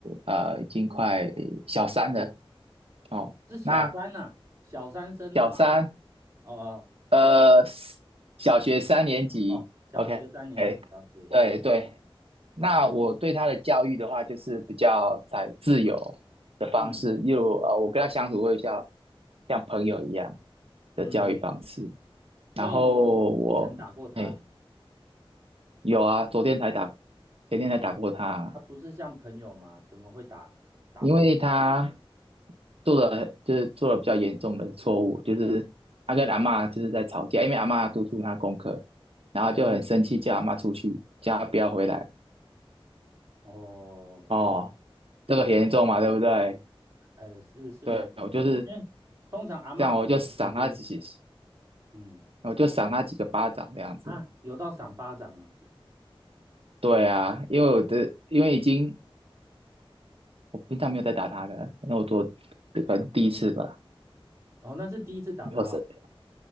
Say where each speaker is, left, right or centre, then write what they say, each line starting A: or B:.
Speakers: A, on the right; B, on the right.
A: 呃，已经快小三了哦。
B: 是小三呐、
A: 那
B: 啊，小三生的吗？
A: 小三
B: 还是哦哦
A: 呃，小学三年级，OK，
B: 哦，小学三年级，了解。
A: 对对。那我对他的教育的话，
B: 好，
A: 就是比较采自由的方式，
B: 嗯
A: 例如呃，我跟他相处会像像朋友一样
B: 嗯，
A: 的教育方式。
B: 所以你不曾打过他，
A: 然后我哎，有啊，昨天才打，前天才打过他，
B: 他不是像朋友吗？怎么会打打朋友？
A: 因为他做了就是做了比较严重的错误，就是他跟阿嬷就是在吵架，因为阿嬷督促他功课，然后就很生气，
B: 嗯，
A: 叫阿嬷出去，叫他不要回来。
B: 哦。
A: 哦，这个很严重嘛，对不对？
B: 哎，是是蛮严重的，
A: 对，我就是
B: 因为通常阿嬷都会疼孙子啊。
A: 这样，我就赏他几，
B: 嗯
A: 我就赏他几个巴掌这样子。
B: 啊，有到赏巴掌啊！
A: 对啊，因为我的因为已经我平常没有在打他的，那我做这个第一次吧，
B: 哦，那是第一次打他哦。
A: 以后是